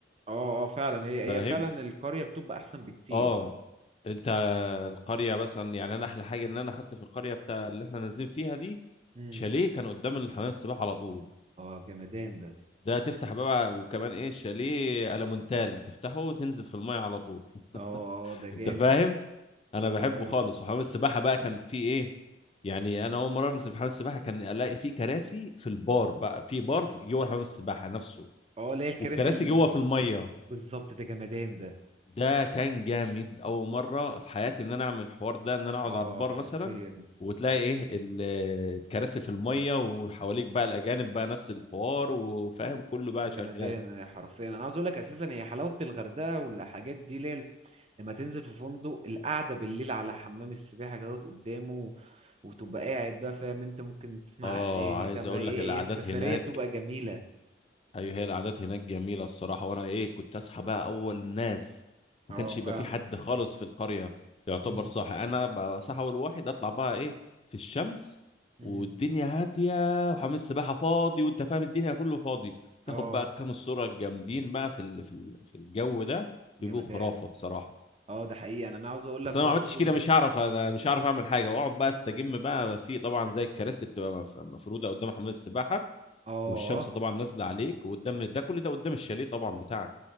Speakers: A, on the right; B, on the left.
A: اه اه فعلا هي
B: فاهم
A: هي فعلا القرية بتبقى احسن بكتير
B: اه انت القريه مثلا يعني انا احلى حاجه ان انا خدت في القريه بتاع اللي احنا نازلين فيها دي
A: امم
B: شاليه كان قدام الحمام السباحه على طول
A: اه جمدان ده
B: ده تفتح بقى وكمان ايه شاليه المونتال تفتحه وتنزل في الميه على طول
A: اه اه ده
B: انت
A: جامد
B: فاهم انا بحبه
A: لا-
B: خالص وحمام السباحه بقى كان فيه ايه يعني انا اول مره انزل في حمام السباحه كان الاقي فيه كراسي في البار بقى في بار في- جوه حمام السباحه نفسه
A: اه اللي هي الكراسي
B: والكراسي
A: ال...
B: جوه في الميه
A: بالظبط ده جمدان ده
B: ده كان جامد اول مره في حياتي ان انا اعمل الحوار ده ان انا اقعد
A: اه
B: على البار
A: حرفيا
B: مثلا وتلاقي ايه ال- آه، الكراسي في الميه وحواليك بقى الاجانب بقى نفس الحوار وفاهم كله بقى
A: جمدان
B: شغال
A: حرفيا انا عاوز اقول لك اساسا هي حلاوة الغردقة والحاجات دي ليل لما تنزل في فندق القعدة بالليل على حمام السباحة كده قدامه وتبقى قاعد بقى فاهم انت ممكن تسمع
B: اه
A: اغاني
B: عايز
A: تعمل
B: اقول
A: ايه
B: لك القعدات
A: ايه السفرية
B: هناك
A: بتبقى جميلة
B: ايوه هي القعدات هناك جميله الصراحه وانا ايه كنت اصحى بقى اول ناس ما
A: اه
B: كانش
A: فاهمك
B: يبقى في حد خالص في القريه يعتبر
A: مم.
B: صاحي انا بقى صاحي اول واحد اطلع بقى ايه في الشمس
A: مم.
B: والدنيا هاديه وحمام السباحه فاضي وانت فاهم الدنيا كله فاضي
A: اه
B: تاخد بقى كام الصوره الجامدين بقى في ال... في ال... في الجو ده
A: جمدان
B: بيبقوا خرافه بصراحه
A: اه ده حقيقي يعني انا عاوز اقول لك
B: اصل
A: برضو
B: انا ما عملتش كده مش هعرف انا مش هعرف اعمل حاجه واقعد بقى استجم بقى في طبعا زي الكراسي بتبقى مف- مفروده قدام حمام السباحه
A: اه
B: والشمس طبعا نازله عليك وقدام ده كل ده قدام الشاليه طبعا بتاعك